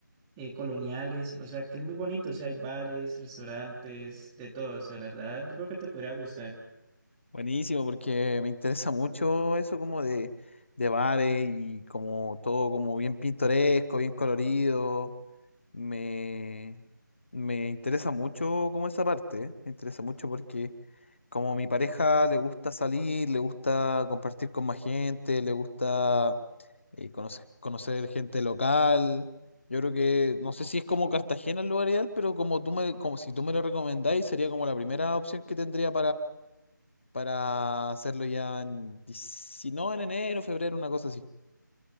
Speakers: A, in the centre; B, on the left (about 40°).
A: eh, coloniales, o sea, que es muy bonito, o sea, hay bares, restaurantes, de todo, o sea, la verdad, yo creo que te podría gustar.
B: buenísimo, porque me interesa mucho eso como de, de bares y como todo como bien pintoresco, bien colorido. Me, me interesa mucho como esa parte, ¿eh? Me interesa mucho porque como mi pareja le gusta salir, le gusta compartir con más gente, le gusta eh, conocer, conocer gente local. Yo creo que, no sé si es como Cartagena el lugar ideal, pero como tú me, como si tú me lo recomendáis, sería como la primera opción que tendría para hacerlo ya en, dieci- no, en enero, febrero, una cosa así.